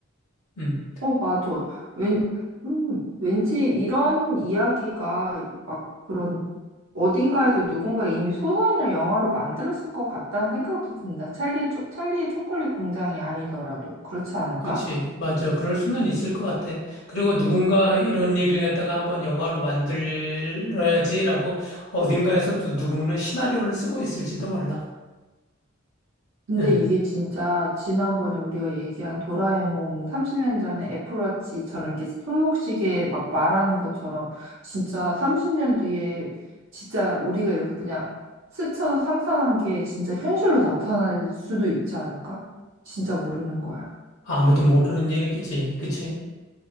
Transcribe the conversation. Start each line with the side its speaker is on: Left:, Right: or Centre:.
Left: 음.
Right: 어, 맞아. 왠, 음, 왠지 이런 이야기가 막 그런 어딘가에서 누군가 이미 소설이나 영화로 만들었을 것 같다는 생각도 든다. 찰리, 초, 찰리의 초콜릿 공장이 아니더라도. 그렇지 않을까?
Left: 그치. 맞아. 그럴 수는 있을 것 같아. 그리고 누군가 이런 얘기를 갖다가 한번 영화로 만들어야지라고 어딘가에서 또 누구는 시나리오를 쓰고 있을지도 몰라.
Right: 근데
Left: 응.
Right: 이게 진짜 지난번에 우리가 얘기한 도라에몽 30년 전에 애플워치처럼 이렇게 손목시계 막 말하는 것처럼 진짜 30년 뒤에 진짜 우리가 이렇게 그냥 스쳐 상상한 게 진짜 현실로 나타날 수도 있지 않을까? 진짜 모르는 거야.
Left: 아무도 모르는 얘기지. 그치.